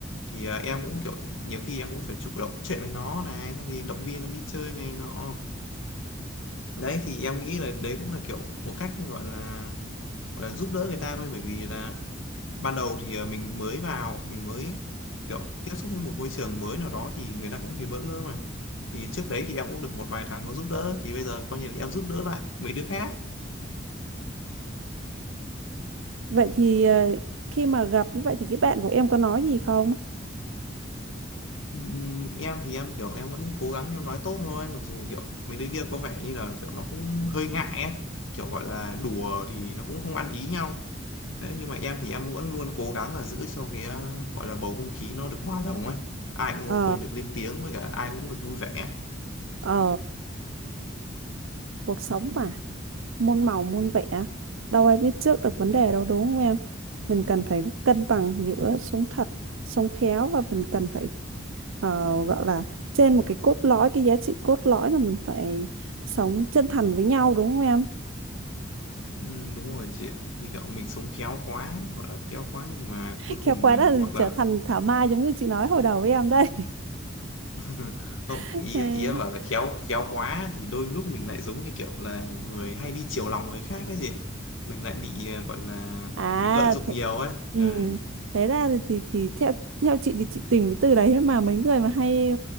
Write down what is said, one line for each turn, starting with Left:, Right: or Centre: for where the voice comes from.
Left: thì à, em cũng kiểu nhiều khi em cũng phải chủ động chuyện với nó này xong thì động viên nó đi chơi này nọ đấy thì em nghĩ là đấy cũng là kiểu một cách gọi là gọi là giúp đỡ người ta thôi bởi vì là ban đầu thì ờ, mình mới vào mình mới kiểu tiếp xúc với một môi trường mới nào đó thì người ta cũng thấy bỡ ngỡ mà thì trước đấy thì em cũng được một vài thằng nó giúp đỡ thì bây giờ coi như là em giúp đỡ lại mấy đứa khác
Right: vậy thì ờ, khi mà gặp như vậy thì cái bạn của em có nói gì không
Left: Ừm, em thì em kiểu em vẫn cố gắng em nói tốt thôi mặc dù kiểu mấy đứa kia có vẻ như là kiểu nó cũng hơi ngại ấy. kiểu gọi là đùa thì nó cũng không ăn ý nhau đấy nhưng mà em thì em vẫn luôn cố gắng là giữ cho cái ờ, gọi là bầu không khí nó được hòa đồng ấy ai cũng
Right: ờ
Left: có quyền được lên tiếng với cả ai cũng được vui vẻ
Right: ờ cuộc sống mà môn màu môn vẽ đâu ai biết trước được vấn đề đâu đúng không em mình cần phải cân bằng giữa sống thật sống khéo và mình cần phải ờ, gọi là trên một cái cốt lõi cái giá trị cốt lõi là mình phải sống chân thành với nhau đúng không em
Left: Ừ, đúng rồi chị ạ như kiểu mình sống khéo quá gọi là khéo quá nhưng mà
Right: <laughs>
Left: cuối cùng
Right: khéo quá
Left: mình
Right: là
Left: hoặc
Right: trở
Left: là
Right: thành thảo mai giống như chị nói hồi đầu với em đây
Left: <laughs> không
Right: <laughs>
Left: ý ý em bảo là khéo khéo quá thì đôi lúc mình lại giống như kiểu là người hay đi chiều lòng người khác cái gì mình lại bị ờ, gọi là
Right: à
Left: bị lợi dụng
Right: th-
Left: nhiều ấy
Right: ừ.
Left: đấy
Right: thế ra thì thì thì theo theo chị thì chị tìm cái từ đấy mà mấy người mà hay